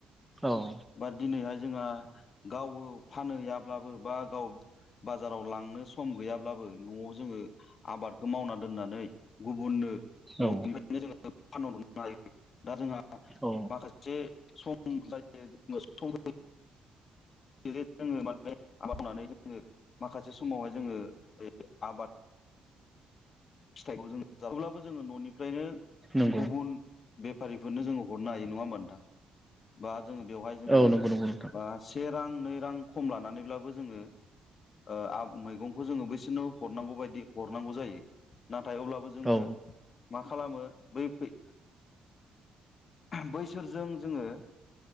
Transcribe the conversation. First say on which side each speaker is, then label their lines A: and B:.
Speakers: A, in the centre; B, on the left (about 50°).
A: औ।
B: बाट दिनैहाय जोंहा गावो फानहैयाब्लाबो बा गाव बाजाराव लांनो सम गैयाब्लाबो न'आव जोङो आबादखौ मावना दोननानै गुबुननो न'निफायनो
A: औ
B: जोङो फानहरनो हायो। दा जोंहा
A: औ
B: माखासे सम <unintelligible> सम <unintelligible> जोङो माने आबाद मावनानै जोङो माखासे समावहाय जोङो आबाद फिथाइखौ जों <unintelligible> थेवब्लाबो जोङो न'निफ्रायनो
A: नंगौ
B: गुबुन बेफारिफोरनो जोङो हरनो हायो नङा होमबा नोंथां? बा जोङो बेवहाय जोंङो
A: औ
B: ओ
A: नंगौ नंगौ नोंथां
B: से रां नै रां खम लानानैब्लाबो जोङो ओ आब मैगंखौ जोङो बैसोरनो हरनांगौ बायदि हरनांगौ जायो। थाय अब्लाबो जोङो
A: औ
B: मा खालामो बै फै बैसोरजों जोङो